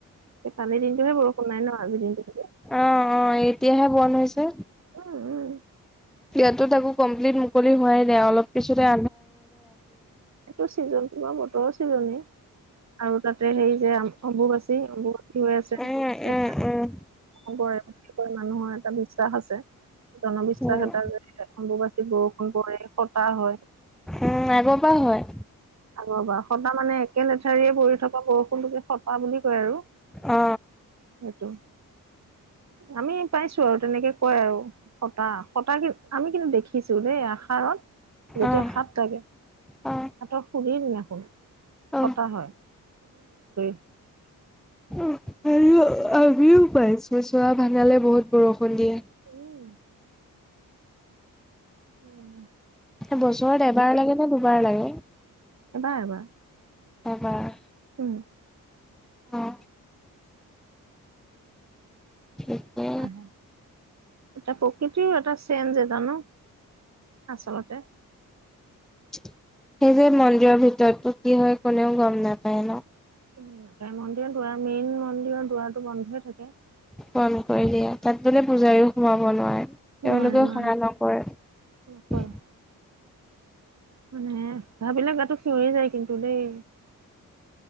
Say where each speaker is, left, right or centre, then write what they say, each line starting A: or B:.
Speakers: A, on the right; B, in the centre.
A: কালি দিনটোহে বৰষুণ নাই ন আজি দিনটো
B: অ অ এতিয়াহে বন হৈছে
A: উম উম
B: ইয়াতো থাকো কমপ্লিট মুকলি হোৱাই নাই অলপ পিছত <unintelligible>
A: এইটো চিজনটো বা <unintelligible> আৰু তাতে সেই
B: উম,
A: <unintelligible>
B: উম, উম।
A: অসমৈ মানুহৰ এটা বিশ্বাস আছে জনবিশ্বাস
B: উম,
A: এটাৰ অম্বো বৰষুণ কৰে ফটা হয়
B: উম আগৰ পৰা হয়।
A: আগৰ পৰা সটা মানে একে লেঠাৰীয়ে পৰি থকা বৰষুণটোকে সটা বুলি কয় আৰু।
B: অ।
A: টো আমি পাই তেনেকে কয় আৰু সতা সতা কি আমি কিন্তু দেখিছো দেই আষাৰত। যেতিয়া
B: অ'।
A: সাত লাগে
B: অ
A: সাতৰ সুৰি দিনাখন
B: অ
A: কটা হয় <unintelligible>
B: অ আৰু আমিও পাইছ চোৱা ভাঙালে বহুত বৰষুণ দিয়ে।
A: উম। উম।
B: এ বছৰত এবাৰ লাগে নে দুবাৰ লাগে।
A: এবাৰ এবাৰ
B: এবাৰ।
A: উম।
B: অহ। ঠিকে।
A: অহ এটা প্ৰকৃতিও এটা চেঞ্জ। জানো আচলতে।
B: সেইটোৱে মন্দিৰৰ ভিতৰতো কি হয় কোনেও গম নাপায় ন।
A: উম নাপায় মন্দিৰৰ দুৱাৰ মেইন মন্দিৰৰ দুৱাৰটো বন্ধই থাকে।
B: বন্ধ কৰি দিয়ে তাত বোলে পূজাৰীও সোমাব নোৱাৰে। তেওঁলোকেও
A: নোৱাৰে নোৱাৰে
B: সেৱা নকৰে।
A: নকৰে মানে ভাবিলে গাটো সিঞৰি যায় কিন্তু দেই।